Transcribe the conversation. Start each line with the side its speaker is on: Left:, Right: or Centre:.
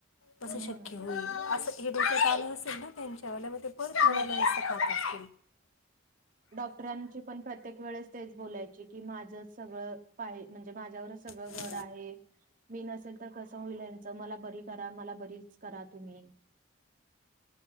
Left: असं
Right: हम्म
Left: शक्य होईल, असं हे डोक्यात आलं असेल ना त्यांच्या ल्यामध्ये परत
Right: खूप
Left: कोणाला. अरे!
Right: डॉक्टरांची पण प्रत्येक वेळेस तेच बोलायची की माझं सगळं पाही म्हणजे माझ्यावर सगळं
Left: अगं
Right: घर आहे. मी नसेल तर कसं होईल यांचं, मला बरी करा मला बरीच करा तुम्ही.